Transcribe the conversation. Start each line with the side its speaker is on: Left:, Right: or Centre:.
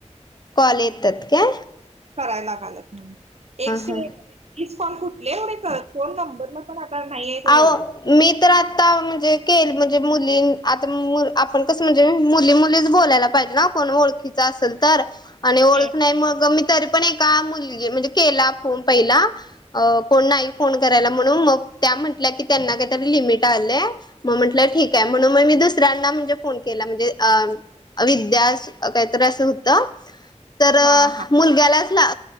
Left: कॉल येतात का
Right: करायलागालत म्हणून एक स
Left: हा
Right: हीच कॉन कुठली आहे एवढे कर फोन नंबर मग पण आता नाही आहे तो
Left: अहो
Right: एवढ
Left: मी तर आता म्हणजे केल म्हणजे मुली आता आपण कस म्हणजे मुली मुलीच बोलायला पाहिजे ना कोण ओळखीचा असेल. तर आणि ओळख
Right: हा
Left: नाही म मी तरी पण एका मुलगी म्हणजे केला फोन पहिला अ कोण नाही फोन करायला म्हणून मग त्या म्हटल्या की त्यांना काहीतरी लिमिट आलंय मग म्हंटलंय ठीक आहे म्हणून मग मी दुसऱ्यांना म्हणजे फोन केला. म्हणजे अ विद्या काहीतरी असं होत. तर
Right: हा हा
Left: मुलग त्यालाच ला